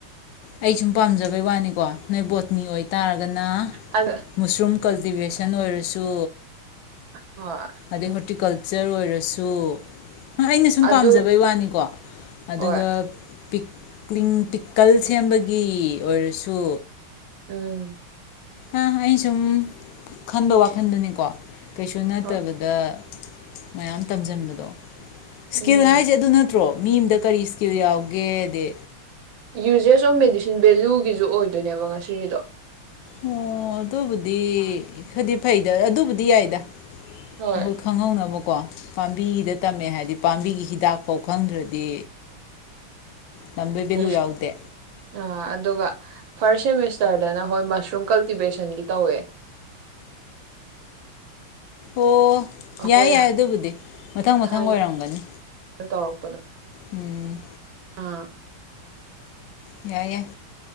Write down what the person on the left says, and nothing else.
ꯑꯩ ꯁꯨꯝ ꯄꯥꯝꯖꯕ꯫ ꯑꯗꯨꯏ ꯋꯥꯅꯤꯀꯣ ꯅꯣꯏ ꯕꯣꯠꯅꯤ ꯑꯣꯏꯇꯥꯔꯒꯅ
ꯃꯨꯁꯔꯨꯝ ꯀꯜꯇꯤꯚꯦꯁꯟ <unintelligible> ꯑꯣꯏꯔꯁꯨ
ꯑꯗꯩ ꯍꯣꯔꯇꯤꯀꯜꯆꯔ ꯆꯔꯑꯣꯏꯔꯁꯨ ꯑꯩꯅ ꯁꯨꯝ
ꯄꯥꯝꯖꯕꯩ ꯋꯥꯅꯤꯀꯣ ꯑꯗꯨꯒ
ꯄꯤꯛꯂꯤꯡ ꯄꯤꯀꯜ ꯁꯦꯝꯕꯒꯤ ꯑꯣꯏꯔꯁꯨ
ꯑ ꯑꯩ ꯁꯨꯝ ꯈꯟꯕ ꯋꯥꯈꯟꯗꯨꯅꯤꯀꯣ ꯀꯩꯁꯨ ꯅꯠꯇꯕꯗ
ꯃꯌꯥꯝ ꯇꯝꯁꯤꯟꯕꯗꯣ ꯏꯁꯀꯤꯜ
ꯍꯥꯏꯁꯦ ꯑꯗꯨ ꯅꯠꯇ꯭ꯔꯣ ꯃꯤ ꯑꯃꯗ ꯀꯔꯤ ꯏꯁꯀꯤꯜ ꯌꯥꯎꯒꯦꯗ
ꯑꯣ ꯑꯗꯨꯕꯨꯗꯤ ꯈꯗꯤ ꯐꯩꯗ ꯑꯗꯨꯕꯨꯗꯤ ꯑꯗꯨ ꯌꯥꯏꯗ
ꯑꯈꯣꯏ ꯈꯪꯍꯧꯅꯕ ꯀꯣ ꯄꯥꯝꯕꯤꯒꯤꯗ ꯇꯝꯃꯦ ꯍꯥꯏꯗꯤ ꯄꯥꯝꯕꯤꯒꯤ ꯍꯤꯗꯥꯛꯐꯥꯎ ꯈꯪꯗ꯭ꯔꯗꯤ ꯇꯝꯕꯩ ꯚꯦꯂꯨ
ꯌꯥꯎꯗꯦ
ꯑꯣ
ꯌꯥꯏ ꯌꯥꯏ ꯑꯗꯨꯕꯨꯗꯤ ꯃꯊꯪ ꯃꯊꯪ
ꯑꯣꯏꯔꯝꯒꯅꯤ
ꯎꯝ
ꯌꯥꯏ ꯌꯥꯏ